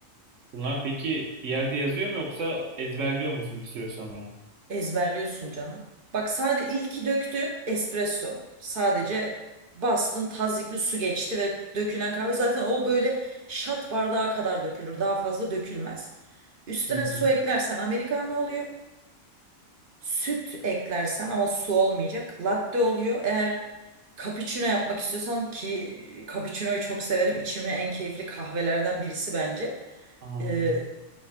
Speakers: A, on the right; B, on the right.
A: Bunlar peki bir yerde yazıyor mu yoksa ezberliyor musun bir süre sonra?
B: Ezberliyorsun canım. Bak sadece ilki döktüğün espresso. Sadece bastın tazyikli su geçti ve dökülen kahve zaten o böyle şat bardağı kadar dökülür. Daha fazla dökülmez. Üstüne
A: Hı hı.
B: su eklersen americano oluyor. Süt eklersen ama su olmayacak. Latte oluyor. Eğer cappuccino yapmak istiyorsan ki cappuccino'yu çok severim. İçimi en keyifli kahvelerden birisi bence.
A: Aynen.
B: Ee,